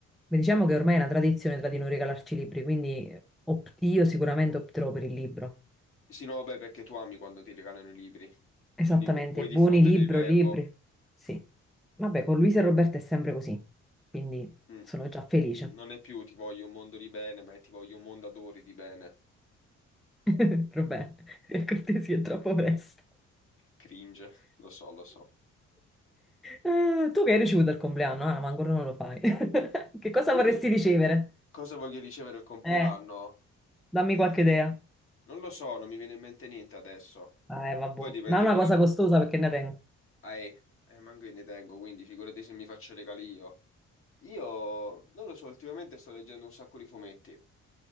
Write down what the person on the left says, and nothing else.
per...
Sì, no, vabbè, perché tu ami quando ti regalano i libri,
quindi vu- vuoi diffondere
il verbo.
Mm.
Non è più ti voglio un mondo di bene, ma è ti voglio un mondo adori di bene.
Cringe, lo so, lo so.
Io
che
cosa voglio ricevere il compleanno?
Eh,
non lo so, non mi viene in mente niente adesso.
Poi dipende
pure...
Ah, eh, eh, manco io ne tengo, quindi figurati se mi faccio regali io. Io, non lo so, ultimamente sto leggendo un sacco di fumetti.